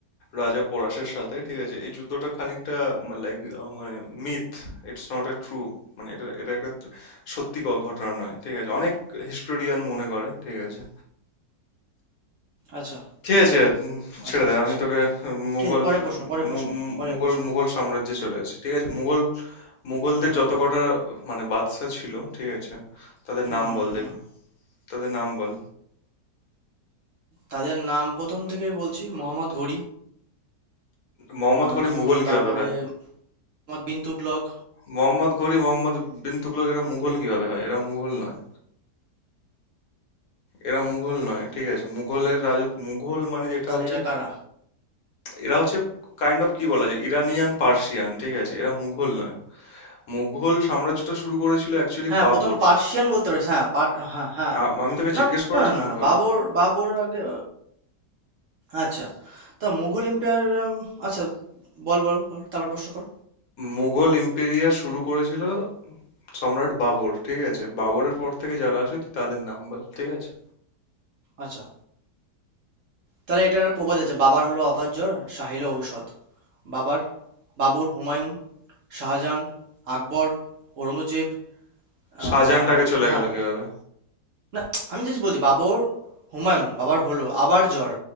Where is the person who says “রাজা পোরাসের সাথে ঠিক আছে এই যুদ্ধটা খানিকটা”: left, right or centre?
Left